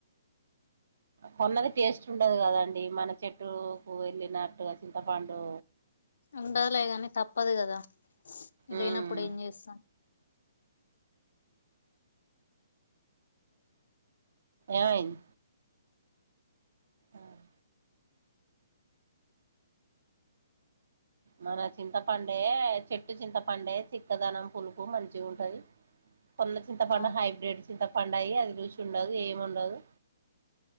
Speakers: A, on the right; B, on the left.
A: కొన్నదే టేస్ట్ ఉండదు కదండీ మనకి చెట్టుకు ఎండినట్టు వచ్ <unintelligible> చింతపండు
B: ఉండదులేగాని తప్పదు కాదా
A: ఉమ్
B: లేనప్పుడు ఏం చేస్తాం
A: ఏమైంది అహ్ మన చింతపండే చెట్టు చింతపండే చిక్కదనం పులుపు మంచిగా ఉంటది కొన్న చింతపండు
B: అవును
A: హైబ్రిడ్ చింత పండయి అది రూచి ఉండదు ఏమి ఉండదు